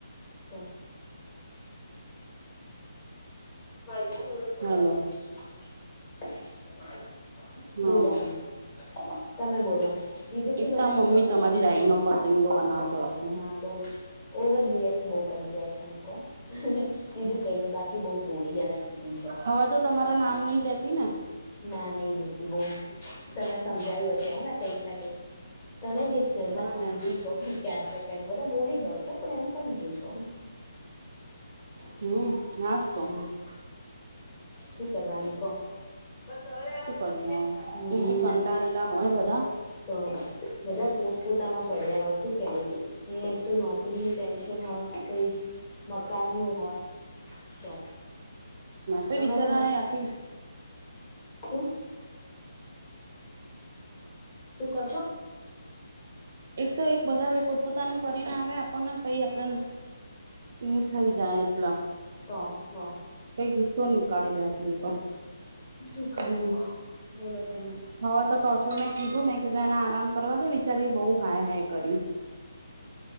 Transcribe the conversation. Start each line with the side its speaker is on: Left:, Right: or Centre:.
Left: આ <inaudible> <unintelligible> <unintelligible>
Right: હાલો
Left: <inaudible>
Right: હા
Left: તમે બોલો, બીજું શું
Right: એક
Left: બનાવ્યું
Right: તો આ મમ્મી
Left: તમારે?
Right: તમારી રાય નો પતંગો બનાવતો હશે
Left: હા બઉજ રિએક્ટ બહુ કરી જાય છે. અમુકવાર બીજું કઈ નહિ, બાકી બહુ ભોળી અને અને સીધી છે.
Right: હવે તો તમારા નામ નહી લેતી ને
Left: ના નહી, લેતી બહુ. તમે સમજાયું હશે હેને કઈક ના કઈક? તમે જે ઘરમા
Right: ના
Left: સમજુ
Right: મે તો
Left: છો. ક્યાંક ને ક્યાંક ભલે બોલી દો છો, પણ એમ સમજુ છો.
Right: હમ, હાસ્તો!
Left: હમ શું કરવાનું? કો બસ હવે રહેવાદે.
Right: શું કરીએ
Left: <unintelligible> હમ.
Right: એ બી કંટાળેલા હોય બધા
Left: તો બધા પોતપોતામાં પડ્યા હોય શું કેવું? અહીં એક તો નોકરીની ટેન્શન હોય મકાનનુ હોય તો
Right: તો <unintelligible>
Left: અમારા
Right: બિચારા
Left: મક
Right: આખી
Left: શું? શું કો છો?
Right: એક તો એક બધા પોતપોતાનું કરીને આવે આપણને કઈ આપણે એ થઈ જાય એટલા. <unintelligible>
Left: તો લો
Right: ગુસ્સો નીકાળી દે આપડી ઉપર
Left: શું કરવું
Right: હમ
Left: કો? બોલો તમે
Right: હવે, તો ટોચર મે કીધું, મેં કીધું એને આરામ કરવા દો બિચારીએ બઉ હાય-હાય કર્યુ